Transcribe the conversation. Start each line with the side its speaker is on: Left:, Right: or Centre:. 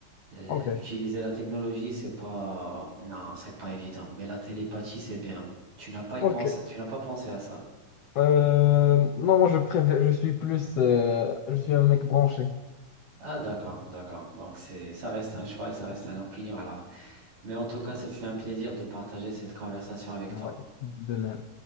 Right: euh,
Left: Ok.
Right: utiliser la technologie, c'est pas, non, c'est pas évident. Mais la télépathie, c'est bien. Tu n'as pas y
Left: Ok.
Right: pensé, tu n'as pas pensé à ça.
Left: Euh, non, moi je préfère, je suis plus, euh, je suis un mec branché.
Right: Ah, d'accord, d'accord. Donc, c'est, ça reste un choix et ça reste une opinion alors. Mais en tout cas, ça fait un plaisir de partager cette conversation avec
Left: Ouais,
Right: toi.
Left: de même.